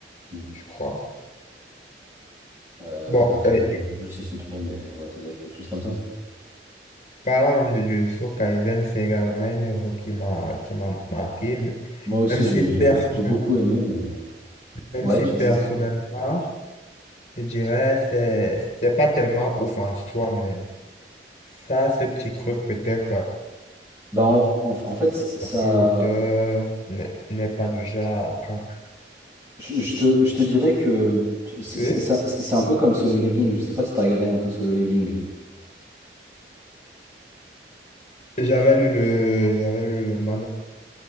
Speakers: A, on the right; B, on the left.
A: Mm.
B: je crois.
A: Euh,
B: Bon,
A: je t'avoue, je
B: euh,
A: t'avoue que je, je sais plus trop, mais ouais, ça doit être quelque chose comme ça.
B: parlant même de Jujutsu Kaisen, c'est également une œuvre qui m'a, qui m'a marqué,
A: Moi aussi,
B: même si
A: j'ai
B: personnellement,
A: j'ai- j'ai beaucoup aimé, mais
B: même
A: ouais,
B: si
A: tu
B: personnellement,
A: disais.
B: Je dirais, c'est, c'est pas tellement ouf en soi, mais ça, ce petit truc peut-être pa-
A: Bah, en, en- en fait, ça.
B: parce que l'auteur n'est n'est pas du genre à prendre.
A: Je, je te, je te dirais que tu- c'est
B: Oui,
A: c'est- c'est- c'est un peu comme Solo Leveling. Je sais pas si t'as regardé un peu Solo Leveling.
B: j'avais lu le, j'avais lu le manuel